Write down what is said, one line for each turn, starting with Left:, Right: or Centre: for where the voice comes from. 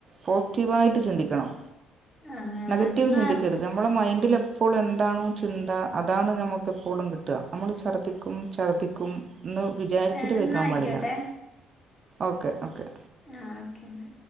Right: പോറ്റീവായിട്ട് ചിന്തിക്കണം
Left: ആ,
Right: നെഗറ്റീവ്
Left: എന്നാ
Right: ചിന്തിക്കരുത്. നമ്മളെ മൈൻഡില് എപ്പോളും എന്താണോ ചിന്ത അതാണ് നമുക്ക് എപ്പോളും കിട്ട. നമ്മൾ ഛർദ്ദിക്കും ഛർദ്ദിക്കും ന്ന് വിചാരിച്ചിട്ട്
Left: എന്നാ
Right: നിക്കാൻ
Left: ആയിക്കോട്ടെ
Right: പാടില്ല ഓക്കെ ഓക്കെ
Left: ആഹ് ഓക്കെന്ന